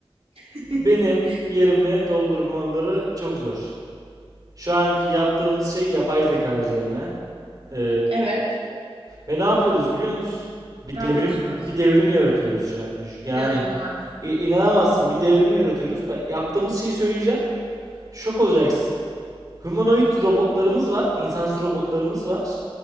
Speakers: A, on the right (about 80°); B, on the right (about 40°).
A: <laughs>
B: Benim yerimi doldurmaları çok zor. Şu anki yaptığımız şey yapay zeka üzerine. Ee,
A: Evet.
B: ve ne yapıyoruz biliyor musun? Bir
A: Ne
B: devrim
A: yapıyorsunuz?
B: bir devrim yaratıyoruz şu an. Yani
A: İnanılmaz.
B: inanamazsın bir devrim yaratıyoruz. Bak yaptığımız şeyi söyleyeceğim. Şok olacaksın. Humanoid robotlarımız var, insansı robotlarımız var